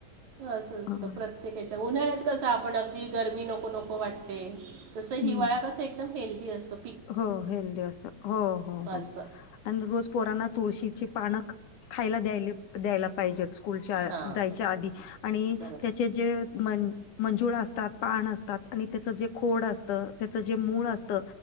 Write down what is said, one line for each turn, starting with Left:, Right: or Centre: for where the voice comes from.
Right: असं असत
Left: हो.
Right: प्रत्य. ते तेच्या उन्हाळ्यात कसं आपण अगदी गरमी नको नको वाटते. तसं
Left: हं.
Right: हिवाळा कसं एकदम हेल्दी असतं.
Left: हो हेल्थी असत हो हो
Right: असं.
Left: आणि रोज. पोराना तुळशीची पानं खायला द्याय द्यायला पाहिजेच. स्कूलच्या
Right: हां
Left: जायच्या आधी आणि
Right: बरोबर
Left: त्याचे जे म. मंजुळा असतात, पान असतात, आणि त्याच जे खोड असत त्याच जे मूळ असत.